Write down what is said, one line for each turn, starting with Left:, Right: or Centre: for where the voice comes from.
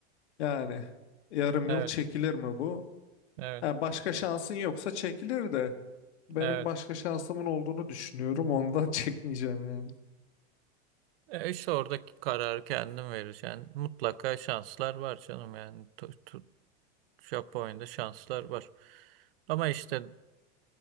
Left: Yani yarım
Right: evet,
Left: yıl çekilir mi bu?
Right: evet,
Left: Ha, başka şansın yoksa çekilir de benim
Right: evet.
Left: başka şansımın olduğunu düşünüyorum ondan <laughs> çekmeyeceğim yani.
Right: E işte oradaki kararı kendin vereceksin. Mutlaka şanslar var canım yani. Tu, tu, Japonya'da şanslar var. Ama işte